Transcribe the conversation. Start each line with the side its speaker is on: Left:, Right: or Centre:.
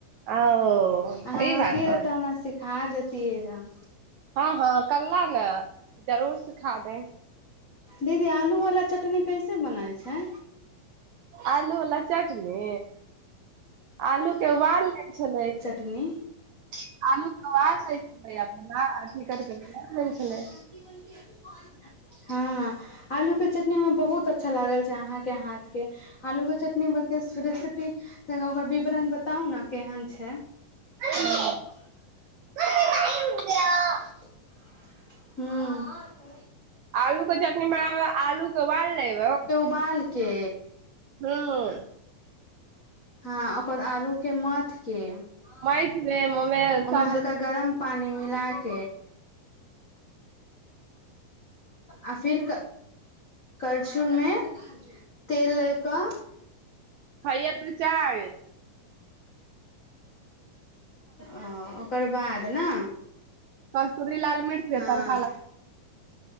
Right: ओ
Left: अहाँ
Right: ई
Left: रहतियए
Right: बात है
Left: रह तऽ हमरा सिखा देतियै रह
Right: हँ हँ कला ने जरूर सिखा दे
Left: दीदी आलू वला चटनी कैसे बनाइ छै
Right: आलू अला चाटनी आलू के वाल लै छलै
Left: टनी
Right: <inaudible>
Left: ्टी
Right: छलै
Left: म्टी
Right: <unintelligible>
Left: <inaudible> आलू के चटनी हमरा बहुत अच्छा लागल छै अहाँ के हाथ के आलू के चटनी व रेसिपी ओकर विवरण बताउ ने केहन छै
Right: <inaudible>
Left: हँ
Right: आलूके चटनी बनाब आलूके बाल लेबै
Left: पाल के
Right: हँ
Left: ह ओकर आलू के मथ के ओहिमे
Right: मैथमे ओमे सब
Left: हल्का गरम पानी मिलाक आ फिर करछुल मे तेल ले कऽ
Right: <unintelligible>
Left: ओ ओकर बाद ने
Right: कस्तूरी लाल मिर्च केतरका
Left: हँ
Right: ल